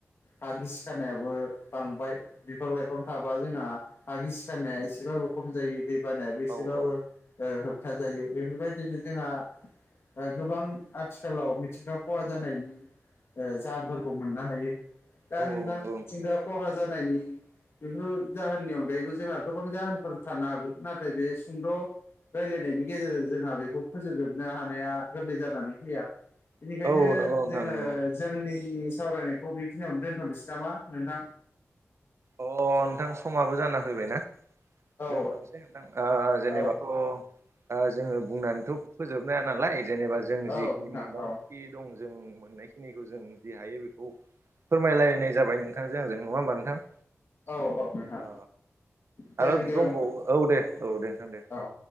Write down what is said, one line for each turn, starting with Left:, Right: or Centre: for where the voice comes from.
Left: हा गिसि खानायाबो बांबाय बिफां -लाइफां थाबा जोंहा हा गिसिखानाया एसेबाबो खम जायो। दै बानाया एसेबाबो
Right: औ औ
Left: ओ होबथा जायो बेफोरबायदिनो जोंहा गोबां आथिखालाव मिथिंगा खहा जानायनि जाहोनफोरखौ मोननो हायो दा
Right: औ
Left: नोंथां
Right: औ नंगौ
Left: मिथिंगा खहा जानायनि बेफोर जाहोननि अनगायैबो जोंहा गोबां जाहोनफोर थानो हागौ नाथाय बे सुंद' रायजलायनायनि गेजेरजों जोंहा बेखौ फोजोबजोबनो हानाया गोरलै जानानै फैया। बेनिखायनो
Right: औ नंगौ नोंथां
Left: जोङो
Right: नंगौ
Left: जोंनि सावरायनायखौ बेखिनियावनो दोन्थ'नोसै नामा नोंथां?
Right: अ नोंथां समाबो जाना फैबाय ना।
Left: औ
Right: दोनथ'नोसै नोंथां ओ जेनेबाथ'
Left: औ
Right: ओ जोङो बुंनानैथ' फोजोबनो हा नालाय जेनेबा जों
Left: औ
Right: जिखिनि
Left: नोंथां
Right: मोनदां
Left: औ
Right: थि दं जों मोननायखिनिखौ जों जि हायो बेखौ फोरमायलायनाय जाबाय नोंथांजों आंजों नङा होमबा नोंथां?
Left: औ औ। नोंथां
Right: अ
Left: दे
Right: आरो
Left: बिदिबा
Right: दंबावो
Left: नोंथां
Right: औ दे औ दे नोंथां दे दे।
Left: औ